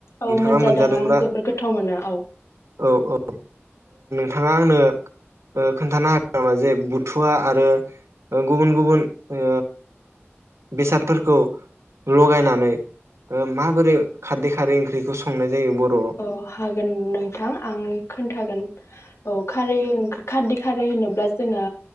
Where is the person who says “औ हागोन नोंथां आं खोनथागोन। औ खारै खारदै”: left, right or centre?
Left